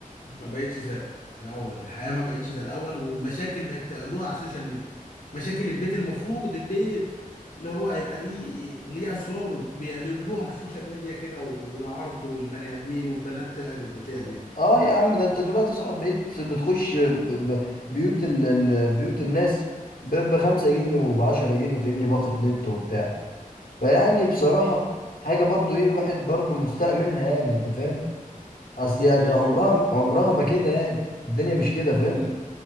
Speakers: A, on the left; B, on the left.
A: ما بقتش زي الاول الحياه ما بقتش زي الاول والمشاكل بقت تعرضوها على السوشيال ميديا مشاكل البيت المفروض البيت اللي هو هيبقى ليه ليه اسراره بيعرضوها على السوشيال ميديا كده والعرض والبني ادمين والبنات تعرض وتعمل
B: اه يا عم ده انت دلوقتي صاحب بقيت بتخش ب- ب- بيوت ال... ال- بيوت الناس ب... بخمسة جنيه وبعشرة جنيه فاهمني باقة نت وبتاع فيعني بصراحة حاجة برضو ايه الواحد برضو مستاء منها يعني انت فاهم اصل
A: بس احنا
B: يعني
A: لازم
B: عمرها عمرها ما كده يعني الدنيا مش كده
A: لازم
B: فاهم